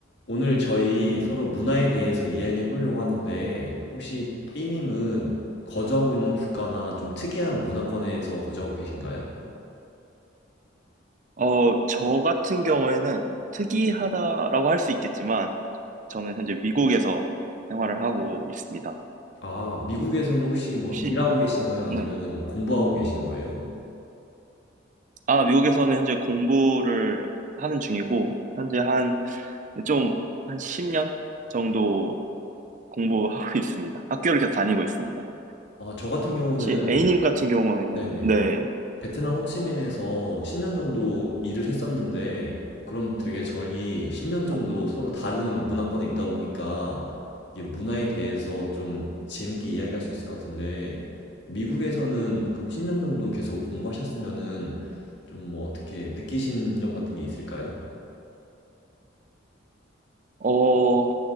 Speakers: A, on the left; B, on the right.
A: 오늘 저희 서로 문화에 대해서 이야기해 보려고 하는데, 혹시 B님은 거주하고 있는 국가나 좀 특이한 문화권에서 거주하고 계신가요?
B: 어, 저 같은 경우에는 특이하다라고 할 수 있겠지만, 저는 현재 미국에서 생활을 하고 있습니다.
A: 아, 미국에서는 혹시 뭐
B: 혹시,
A: 일하고 계신가요? 아니면은
B: 네.
A: 뭐 공부하고 계신 거예요?
B: 아, 미국에서는 현재 공부를 하는 중이고, 현재 한, 좀, 한 10년 정도 공부하고 <laughs> 있습니다. 학교를 계속 다니고 있습니다.
A: 아, 저 같은 경우는,
B: 혹시 A님 같은 경우에는,
A: 네네.
B: 네.
A: 베트남 호치민에서 10년 정도 일을 했었는데, 그럼 되게 저희 10년 정도
B: 어,
A: 서로 다른 문화권에 있다 보니까, 이게 문화에 대해서 좀 재밌게 이야기할 수 있을 것 같은데, 미국에서는 그럼 10년 정도 계속 공부하셨으면은, 좀 뭐 어떻게 느끼신 점 같은 게 있을까요?
B: 어,